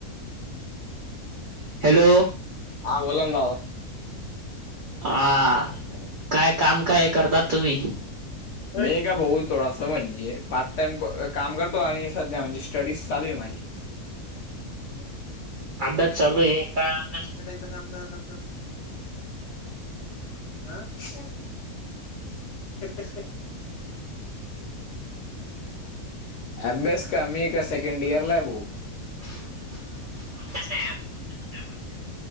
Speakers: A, on the right; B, on the left.
A: हॅलो!
B: हा बोला ना, दादा.
A: हा काय काम काय करतात तुम्ही?
B: नईग भाऊ थोडास म्हणजे पार्ट टाइम काम करतो, आणि सध्या म्हणजे स्टडीज चालू आहे माझी.
A: <inaudible>
B: <inaudible>
A: अभ्यास चालू आहे, काय अभ्यास?
B: काम करत असतात. आं <unintelligible> अभ्यास का, मी का सेकंड इयर ला आहे भाऊ!
A: कोणत्या कोणत्या दुसऱ्या वर्षात